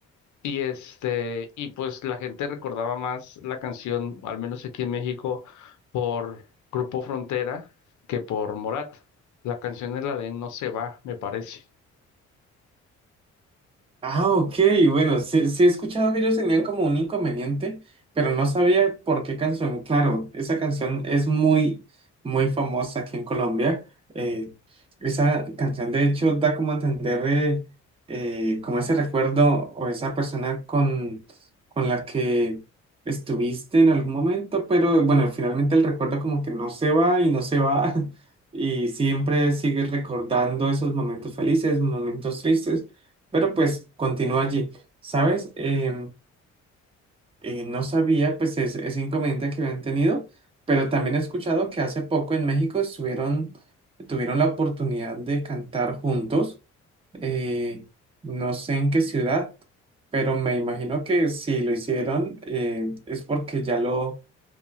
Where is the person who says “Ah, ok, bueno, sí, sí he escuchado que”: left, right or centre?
Right